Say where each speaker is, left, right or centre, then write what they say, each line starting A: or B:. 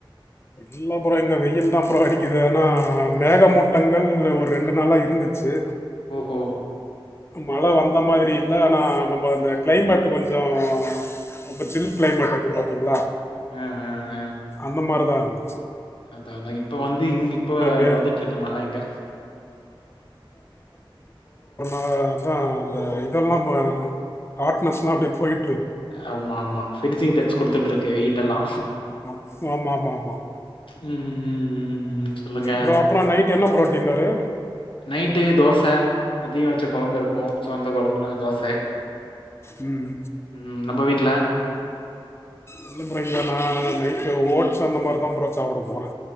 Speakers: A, on the left; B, on the left.
A: இல்ல ப்ரோ இங்க வெயில்தா ப்ரோ அடிக் கிது ஆனா மேகமூட்டங்கள் ஒரு ரெண்டு நாளா இருந்துச்சு
B: ஓஹோ
A: மழ வந்த மாதிரி இல்ல ஆனா நம்ம அந்த கிளைமேட் கொஞ்சோ ரொம்ப சில் கிளைமேட் இருக்கு பாத்தீங்ளா
B: ஆ ஆ ஆ
A: அந்த மாரிதா வந்துச்சு
B: அதா அதா இப்ப வந்து இங் இப்ப
A: மே
B: வந்துட்ருக்கு மழ இங்க
A: அ அதா அந்த இதெல்லா ம ஹாட்னஸ்லா அப்படியே போய்ட்
B: ஆமாமா, ஃபினிசிங் டச் குடுத்துட்டுருக்க
A: ம்
B: ஈட்டெல்லா
A: ஆமா ஆமா ஆமா ஆமா
B: ம் ம் ம் ம் ம், சொல்லுங்க
A: ப்ரோ அப்புறம் நைட் என்ன ப்ரோ டின்னரு
B: நைட்டு தோச மதியோ வச்ச கொழம்பு இருக்கு சோ அந்த கொழம்புல தோச
A: ம்
B: ம் நம்ம வீட்ல
A: இல்ல ப்ரோ இங்க நா நைட்டு ஓட்ஸ் அந்த மாரிதா ப்ரோ சாப்ட போறே